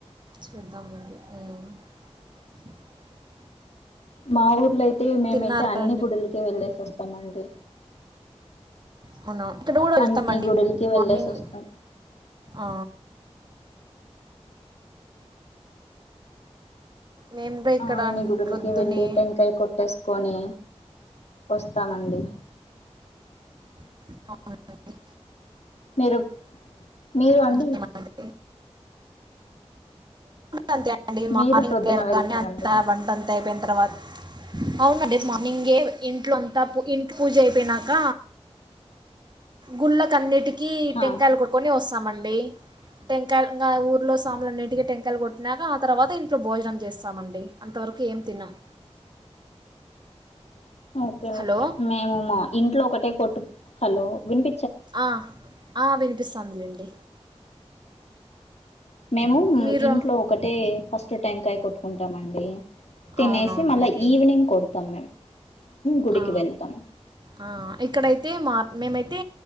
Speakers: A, on the right; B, on the left.
A: చూద్దాం ఉ
B: మా ఊర్లో అయితే మేమైతే
A: తిన్నారా
B: అన్ని
A: అండి
B: గుడులకి వెళ్ళేసి వస్తామండి.
A: అవునా ఇక్కడ కూడా వెళతామ
B: అన్ని
A: అండి
B: గుడులకి
A: మార్నింగ్
B: వెళ్ళేసి వస్తాం
A: ఆ మేము కూడా ఇక్కడ
B: ఆ అన్ని గుడులకి
A: ప్రొద్దునే
B: వెళ్లిి టెంకాయ కొట్టేసుకొని వస్తామండి
A: ఆహా మంచిది
B: మీరు మీరు అండి
A: ఇంకేమంటే అంతేడి మార్నింగ్
B: మీరు ప్రొద్దున
A: లేవగానే
B: వెళ్తారండి
A: కాన్ని అంతా వంట అంత అయిపోయిన తర్వాత అవునా రేపు మార్నింగే ఇంట్లో అంతా ఇంటి పూజ అయిపోయినాక గుళ్ల కానీటికి కి
B: హా
A: టెంకాయలు కొటుకొని వస్తామండి టెం కాయలు ఊర్లో సాముల న అన్ని టెంకాయలు కొట్టినాక ఆ తర్వాత ఇంట్లో భోజనం చేస్తామండి, అంతవరకు ఏం తిన్నాం
B: <unintelligible> ఓకే
A: హలో
B: ఓకే మేము మా ఇంట్లో ఒకటే కొట్టు హలో వినిప
A: ఆ ఆ వినిపిస్తుందిలేండి
B: మేము
A: మీరు
B: ఇంట్లో ఒకటే ఫస్ట్ టెంకాయ కొట్టుకుంటామ అండి, తినేసి
A: అవునవునులేండి.
B: మళ్ళా ఈవ్నింగ్ కొడతామ్ గుడికి
A: ఆ!
B: వెళ్తాం
A: ఆ ఇక్కడైతే మార్ మేమైతే